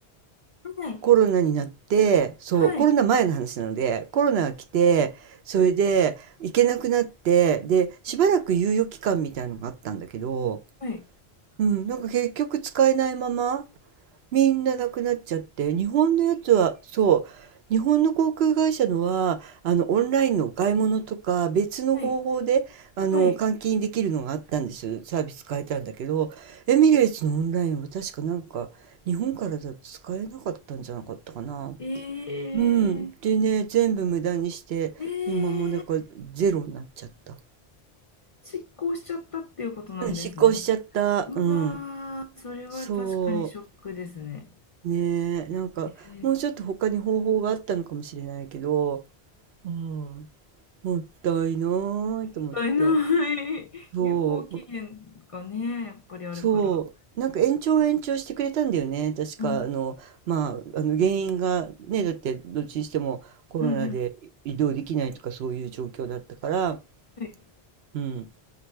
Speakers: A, on the left (about 45°); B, on the right (about 75°).
A: はい、
B: コロナになって、そう、
A: はい、
B: コロナ前の話なので、コロナが来て、それで行けなくなって、で、しばらく猶予期間みたいのがあったんだけど、
A: はい、
B: うん、なんか結局使えないまま、みんななくなっちゃって、日本のやつは、そう、日本の航空会社のは、あの、オンラインのお買い物とか、別の方法で、
A: はい、
B: あの、
A: はい。
B: 換金できるのがあったんですよ。サービス変えたんだけど、エミレーツのオンラインは確かなんか、日本からだと使えなかったんじゃなかったかな。
A: えー、
B: うん。でね、全部無駄にして、
A: えー、
B: 今もうなんかゼロになっちゃった。
A: 失効しちゃったっていうことなんですね。
B: うん、失効しちゃった。
A: うわー、
B: うん。
A: それは確かにショックですね。
B: そう。ねえ、なんか、
A: えー
B: もうちょっと他に方法があったのかもしれないけど、うん。もったいないと思って。
A: ったいない。
B: そう、
A: 有効期限がね、やっぱりあるから。
B: そう。なんか延長延長してくれたんだよね。確か、
A: うん、
B: あの、まあ、あの原因がね、だってどっちにしてもコロナで移動できないとかそういう状況だったから、
A: うん、うん。はい。
B: うん。